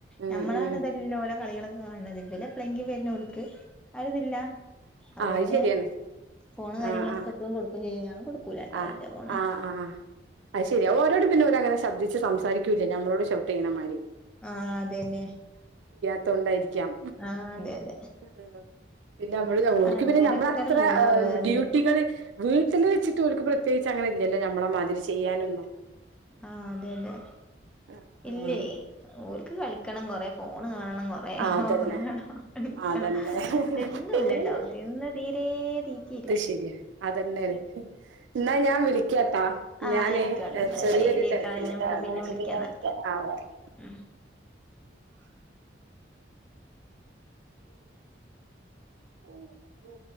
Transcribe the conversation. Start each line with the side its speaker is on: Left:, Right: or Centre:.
Right: ഉം
Centre: ഞമ്മളാണ്
Right: ഉം
Centre: ഇതെല്ലോലെ കളികളൊക്കെ കാണണത് ഇബല് എപ്പളെങ്കി വര്ണ ഓൽക്ക് അത് ഇതില്ല അപ്പ
Right: ആഹ്
Centre: പിന്നെ
Right: അത് ശരിയാണ്
Centre: ഫോണ് കാര്യങ്ങളൊക്കെ
Right: ആഹ് ആഹ്
Centre: എപ്പളും കൊടുക്കും ചെയ്യും ഞാൻ കൊടുക്കൂലാട്ടോ
Right: ആഹ്
Centre: ഇന്റെ ഫോണ്
Right: ആഹ് അഹ് ശരിയാ ഓരോട് പിന്നെ ഓരങ്ങനെ ശബദിച് സംസാരിക്കൂല്ല ഞമ്മളോട് ഷൗട്ട് ചെയ്യണമാരി
Centre: ആഹ് അതന്നെ
Right: ത്തൊണ്ടായിരിക്കാം
Centre: ആഹ് അതെ അതെ
Right: ആ പിന്നെ നമ്മള് ഓരിക്ക്
Centre: അങ്ങനെയൊക്കെ
Right: പിന്നെ നമ്മളത്ര
Centre: ഇങ്ങനെ പോണ് ഓരോന്ന്
Right: ഡ്യൂട്ടികള്
Centre: ഇനിയിപ്പോ
Right: വീട്ടില് വെച്ചിട്ട് ഓരുക്ക് പ്രത്യേകിച്ച് അങ്ങനെ ഇല്ലല്ലോ നമ്മളെ മാതിരി ചെയ്യാനൊന്നും
Centre: ആ അതെ അതെ
Right: ആഹ്
Centre: ഇല്ലേ ഓല്ക്ക് കളിക്കണം കൊറേ ഫോണ് കാണണം കൊറ റേ
Right: ആഹ് അതന്നെ
Centre: ഒറങ്ങണം കളിക്കണം
Right: അതന്നെ
Centre: തിന്നൂല്ലട്ടോ
Right: ഒന്നുല്ല
Centre: തിന്ന് തീരെ തീറ്റില്ല
Right: റ്റില്ലേ അതന്നേണ് ന്നാ ഞാൻ വിളിക്കാട്ടോ
Centre: ആഹ്
Right: ഞാനെയ്
Centre: ആയിക്കോട്ടെ എന്നാ
Right: ചെറിയൊരു
Centre: ശരി
Right: തെരക്ക്ണ്ട്ട്ടോ
Centre: ട്ടോ
Right: എന്നാ നമുക്ക്
Centre: വിളിക്കാന്നാ
Right: പിന്നെ വിളിക്ക ആ ഓക്കെ
Centre: ഉം
Right: ഓ ഓ